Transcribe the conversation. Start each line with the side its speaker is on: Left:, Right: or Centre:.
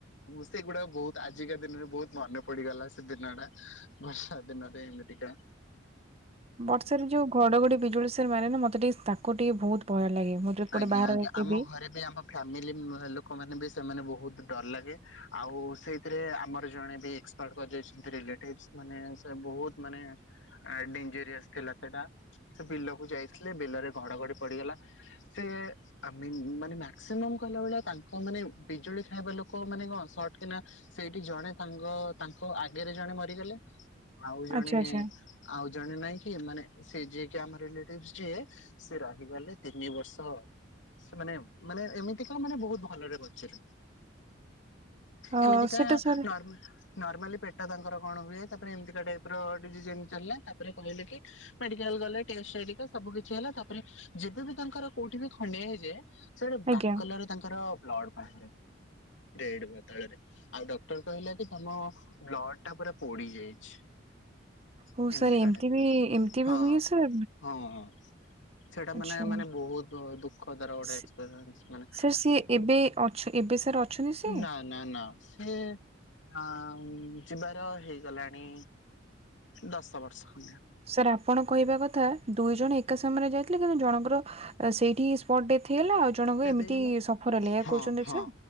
Left: ସେଗୁଡା ବହୁତ ଆଜିକା ଦିନରେ ବହୁତ ମନେ ପଡିଗଲା ସେ ଦିନଟା। ବର୍ଷା ଦିନରେ ଏମିିତିିକା।
Right: ବର୍ଷାରେ ଯୋଉ ଘଡଘଡି ବିଜୁଳି ସାର ମାରେ ନା ମତେ ଟିକେ ତାକୁ ଟିକେ ବହୁତ ଭୟ ଲାଗେ। ମୁଁ ଯୋଉ ପଟେ
Left: ଆଜ୍ଞା
Right: ବାହାରେ
Left: ଆଜ୍ଞା
Right: ରହିକି
Left: ଆମ
Right: ବି
Left: ଘରେ ଆମ ଫାମିଲି ଲୋକ ମାନେ ବି ସେମାନେ ବହୁତ ଡର ଲାଗେ ଆଉ ସେଇଥିରେ ଆମର ଜଣେ ବି ରିଲେଟିଭସ ମାନେ ସେ ବହୁତ ମାନେ ଡେଞ୍ଜରିୟସ ଥିଲା ସେଟା। ସେ ବିଲକୁ ଯାଇଥିଲେ ବିଲରେ ଘଡଘଡି ପଡିଗଲା ସେ ଆ ମାନେ ମାକ୍ସିମମ କହିଲା ଭଳିଆ ତାଙ୍କ ମାନେ ବିଜୁଳି ଖାଇବା ଲୋକ ମାନେ କଣ ସଟ କିନା ସେଇଠି ଜଣେ ସାଙ୍ଗ ତାଙ୍କ ଆଗରେ ଜଣେ ମରିଗଲେ। ଆଉ ଜଣେ
Right: ଆଚ୍ଛା ଆଚ୍ଛା
Left: ଆଉ ଜଣେ ନାଇଁ କି ମାନେ ସେ ଯିଏ କି ଆମ ରିଲେଟିଭ ଯିଏ ସିଏ ରହିଗଲେ ତିନି ବର୍ଷ ତ ସେମାନେ ମାନେ ଏମିତିକାଣ ମାନେ ବହୁତ ଭଲରେ ବଞ୍ଚିଲେ।
Right: ଅ
Left: ଏମିତିକା
Right: ସେଟା ସାର୍
Left: ନର୍ମାଲ ନର୍ମାଲି ପେଟ ତାଙ୍କର କଣ ହୁଏ ତାପରେ ଏମିତିକା ଟାଇପର ଡିଜି୍ଜ ଚାଲିଲା ତାପରେ କହିଲେ କି ମେଡିକାଲ ଗଲେ ଟେଷ୍ଟ ହେରିକା ସବୁ କିଛି ହେଲା ତାପରେ ଯେବେ ବି ତାଙ୍କର କୋଉଠି ବି ଖଡିଆ ହେଇଯାଏ ସେ ଗୋଟେ ବ୍ଲାକ
Right: ଆଜ୍ଞା
Left: କଲର ତାଙ୍କର ବ୍ଲଡ଼ ବାହାରେ। ରେଡ୍ ବଦଳରେ। ଆଉ ଡକ୍ଟର କହିଲା କି ତମ ବ୍ଲଡଟା ପୁରା ପୋଡି ଯାଇଛି। <unintelligible>
Right: ହଉ ସାର୍ ଏମିତି ବି ଏମିତି
Left: ହଁ
Right: ବି ହୁଏ ସାର୍
Left: ହଁ ହଁ ସେଇଟା
Right: ଆଚ୍ଛା
Left: ମାନେ ମାନେ ବହୁତ ଦୁଃଖ ଦର ଗୋଟ
Right: ସେ ସାର୍ ସିଏ ଏବେ ଅଛ ଏବେ ସାର୍ ଅଛନ୍ତି ସିଏ?
Left: ନା ନା ନା ସେ ଆ ଯିବାର ହେଇଗଲାଣି ଦଶ ବର୍ଷ ଖଣ୍ଡେ।
Right: ସାର୍ ଆପଣ କହିବା କଥା ଦୁଇ ଜଣ ଏକା ସମୟରେ ଯାଇଥିଲେ କିନ୍ତୁ ଜଣଙ୍କର ସେଇଠି ସ୍ପଟ ଡେଥ ହେଇଗଲା ଆଉ ଜଣଙ୍କୁ
Left: ହବ।
Right: ଏମିତି
Left: ଦେଇଗଲା
Right: ସଫର ହେଲେ ଏୟା
Left: ହଁ
Right: କହୁଛନ୍ତି
Left: ହଁ
Right: ସା